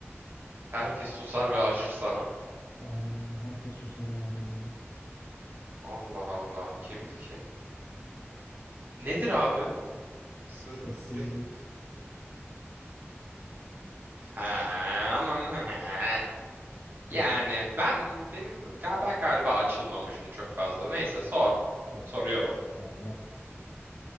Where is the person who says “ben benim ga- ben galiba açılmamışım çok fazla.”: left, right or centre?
Right